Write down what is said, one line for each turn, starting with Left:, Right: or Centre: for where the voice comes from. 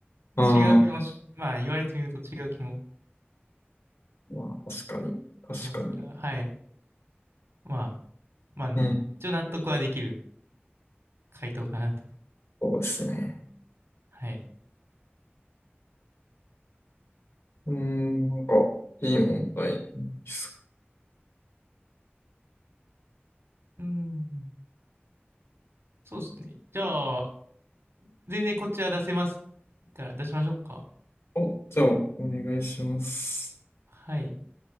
Left: あ
Right: 違う気もし、まあ言われてみると違う気も
Left: ー、まあ、確かに。確かに
Right: しますが、はい。まあ、まあ、
Left: うん
Right: 一応納得はできる。回答かなと。
Left: そうですね
Right: はい。
Left: うーんなんかいい問題です
Right: うん。そうですね。じゃあ、全然こっちは出せますから、出しましょうか。
Left: お、じゃあ、お願いします。
Right: はい。